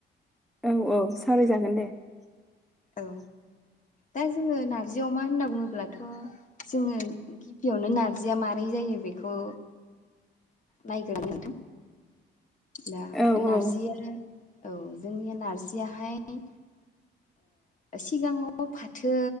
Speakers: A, in the centre; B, on the left (about 40°).
A: औ औ सावरायजागोन दे <inaudible>
B: औ दा जोङो नार्जि अमा होनना बुङोब्लाथ' जोङो गिबियावनो नारजिया माबारै जायो बेखौ नाय नथ दा
A: औ
B: नारजिया
A: औ
B: औ जोंनिया नारजियाहाय सिगाङाव फाथो